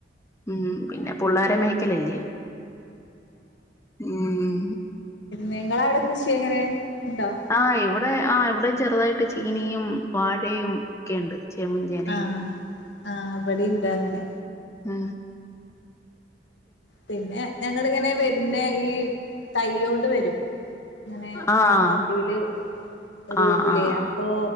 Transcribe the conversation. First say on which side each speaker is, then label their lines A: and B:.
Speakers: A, on the left (about 15°); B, on the left (about 80°).
A: ഉം പിന്നെ പുള്ളാരെ <unintelligible> ക്കലല്ല്യോ ഉം
B: നിങ്ങവിടെ കൃഷി എങ്ങനെ? ഇണ്ടോ
A: ആഹ് എവിടെ ഇവിടെ ആ ഇവിടെ ചെറുതായിട്ട് ചീനിയും വാഴയും ഒക്കെയുണ്ട് ചേമ്പും ചേനയും
B: ആഹ് ആഹ് അപടി ണ്ടങ്ങനെ
A: ആ
B: പിന്നെ ഞങ്ങളിങ്ങനെ വര്ന്നേ ഈ തയ്യോണ്ട് വരും. അങ്ങനെ
A: ആഹ്
B: വണ്ടിയില് ഒരു
A: ആഹ്
B: വിലയാപ്പോ
A: ആഹ്